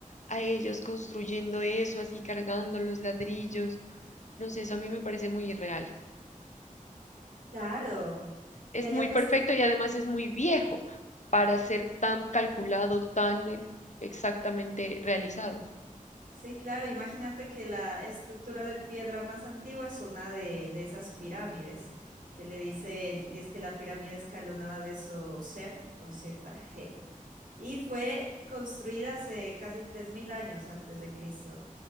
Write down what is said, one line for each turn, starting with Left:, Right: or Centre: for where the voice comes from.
Left: a ellos construyendo eso, así cargando los ladrillos? No sé, eso a mí me parece muy irreal.
Right: Claro. Y
Left: es
Right: allá
Left: muy
Right: pues
Left: perfecto y además es muy viejo para ser tan calculado, tan eh, exactamente realizado.
Right: Sí, claro, imagínate que la estructura de piedra más antigua es una de, de esas pirámides que le dicen, dice que la pirámide escalonada de Ser con Z, G, y fue construida hace casi 3.000 años antes de Cristo.